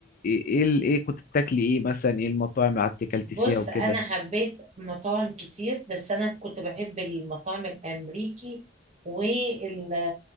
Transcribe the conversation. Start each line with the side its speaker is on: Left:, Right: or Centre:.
Left: ايه ال- ايه كنت بتاكلي ايه مثلا ايه المطاعم اللي قعدتي اكلتي
Right: بص
Left: فيها وكده
Right: انا حبيت مطاعم كتير بس انا كنت بحب المطاعم الامريكي وال